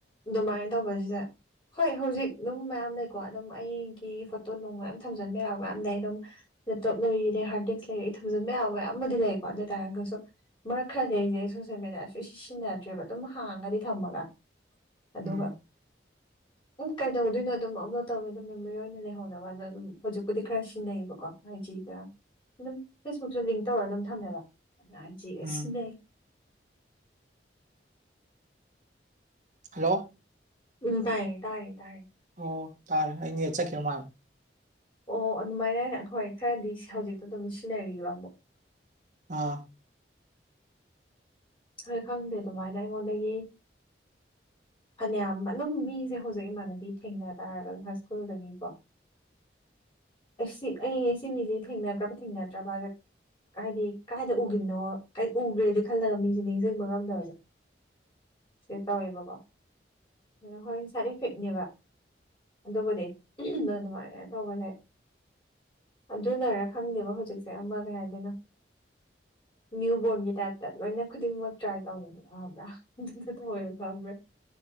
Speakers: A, on the left; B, on the right.
A: ꯑꯗꯨꯃꯥꯏꯅ ꯇꯧꯕꯁꯤꯗ ꯍꯣꯏ ꯍꯧꯖꯤꯛ ꯑꯗꯨꯝ ꯃꯌꯥꯝ ꯂꯩꯀꯣ ꯑꯗꯨꯝ ꯑꯩꯒꯤ ꯐꯣꯇꯣ ꯅꯨꯡ ꯃꯌꯥꯝ ꯊꯝꯖꯤꯟꯕ ꯌꯥꯕ ꯃꯌꯥꯝ ꯂꯩ ꯑꯗꯨꯝ ꯂꯦꯞꯇꯣꯞ ꯂꯩꯔꯤ ꯑꯗꯩ ꯍꯥꯔꯠ ꯗꯤꯁ ꯂꯩꯔꯤ ꯑꯩ ꯊꯝꯖꯤꯟ ꯃꯌꯥꯝ ꯃꯌꯥꯝ ꯑꯃꯗꯤꯗꯤ ꯂꯩꯦꯀꯣ ꯑꯗꯨ ꯑꯣꯏꯇꯥꯥꯔꯒꯁꯨ ꯃꯔꯛ ꯈꯔꯗꯤꯩꯁꯦ ꯁꯣꯁꯦꯜ ꯃꯦꯗꯤꯌꯥꯁꯨ ꯑꯩ ꯁꯤ ꯁꯤꯖꯤꯟꯅꯗ꯭ꯔꯦꯕ ꯑꯗꯨꯝ ꯍꯥꯡꯉꯒꯗꯤ ꯊꯝꯃꯒ ꯑꯗꯨꯒ
B: ꯎꯝ
A: ꯎꯝ ꯀꯩꯗꯧꯗꯣꯏꯅꯣ ꯑꯗꯨꯝ ꯑꯞꯂꯣꯗ ꯇꯧꯋꯦ ꯑꯗꯨꯝ ꯃꯦꯃꯣꯔꯤ ꯑꯣꯏꯅ ꯂꯩꯍꯧꯅꯕꯥꯟꯗ ꯑꯗꯨꯝ ꯍꯧꯖꯤꯛꯄꯨꯗꯤ ꯈꯔ ꯁꯤꯖꯤꯟꯅꯩꯌꯦꯕꯀꯣ ꯍꯥꯏꯖꯤꯒ ꯑꯗꯨꯝ ꯐꯦꯁꯕꯨꯛꯇ ꯂꯤꯡ ꯇꯧꯔ ꯑꯗꯨꯝ ꯊꯝꯃꯦꯕ ꯑꯗꯨ ꯍꯥꯏꯁꯤꯒ
B: ꯎꯝ
A: ꯁꯤꯖꯤꯟꯅꯩ
B: ꯍꯜꯂꯣ꯫
A: ꯎꯝ ꯇꯥꯏꯌꯦ ꯇꯥꯏꯌꯦ ꯇꯥꯏꯌꯦ꯫
B: ꯑꯣ ꯇꯥꯔꯦ ꯑꯩꯩꯅ ꯌꯦꯠ ꯆꯠꯈꯤꯕ ꯃꯥꯟ
A: ꯑꯣ ꯑꯗꯨꯃꯥꯏꯅ ꯍꯣꯏ ꯈꯔꯗꯤ ꯍꯧꯖꯤꯛꯇꯣ ꯑꯗꯨꯝ ꯁꯤꯟꯅꯔꯤꯕ ꯑꯃꯨꯛ
B: ꯑꯥ꯫
A: ꯍꯣꯏ ꯈꯪꯗꯦ ꯑꯗꯨꯃꯥꯏꯅ ꯑꯩꯉꯣꯟꯗꯒꯤ ꯐꯅꯌꯥꯝ ꯑꯗꯨꯝ ꯃꯤꯖꯦ ꯍꯧꯖꯤꯛ ꯏꯃꯥꯟꯅꯕꯤ ꯊꯦꯡꯅ ꯇꯥꯔꯒ ꯍꯥꯏ ꯁ꯭ꯀꯨꯜꯗꯒꯤꯀꯣ ꯑꯩꯁ ꯑꯩ ꯁꯤ ꯃꯤꯖꯦ ꯊꯦꯡꯅꯒ꯭ꯔꯕ ꯊꯦꯡꯅꯗ꯭ꯔꯕ ꯍꯥꯏꯗꯤ ꯀꯥꯏꯗ ꯎꯒꯤꯕꯅꯣ ꯀꯩ ꯎꯒ꯭ꯔꯦꯗꯤ ꯈꯜꯂꯒ ꯃꯤꯖꯦ ꯅꯤꯡꯖꯤꯡꯕ ꯉꯝꯗꯕꯖꯦ ꯁꯤ ꯇꯧꯋꯦꯕꯀꯣ ꯑꯗꯨ ꯍꯣꯏ ꯁꯥꯏꯠ ꯏꯐꯦꯛꯅꯦꯕ꯫ ꯑꯗꯨꯕꯨꯗꯤ <unintelligible> ꯑꯗꯨꯃꯥꯏꯅ ꯇꯧꯕꯖꯦ ꯑꯗꯨꯅꯔ ꯈꯪꯗꯦꯕ ꯍꯧꯖꯤꯛꯁꯦ ꯑꯃ ꯀꯩ ꯍꯥꯏꯗꯣꯏꯅꯣ꯫ ꯅꯤꯌꯨ ꯕꯣꯔꯟꯒꯤ ꯇꯥꯏꯞꯇ ꯂꯣꯏꯅ ꯈꯨꯗꯤꯡꯃꯛ ꯇ꯭ꯔꯥꯏ ꯇꯧꯅꯤꯡꯕ <unintelligible> ꯑꯗꯨꯗꯣ ꯇꯧꯋꯦꯕ <unintelligible>